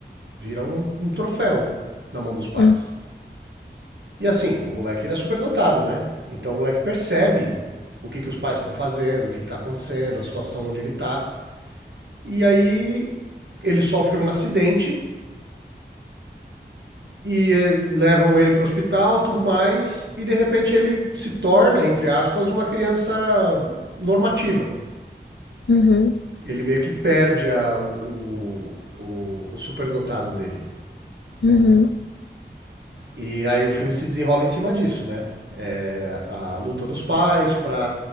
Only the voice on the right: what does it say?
vira um, um troféu na mão dos pais.
E assim, o moleque ele é super dotado, né? Então o moleque percebe o que, que os pais estão fazendo, o que está acontecendo, a situação onde ele está. E aí ele sofre um acidente e eh, levam ele para o hospital, tudo mais, e de repente ele se torna, entre aspas, uma criança normativa.
Ele meio que perde a- o, o, o, o superdotado dele.
E aí o filme se desenrola em cima disso, né? É, a luta dos pais para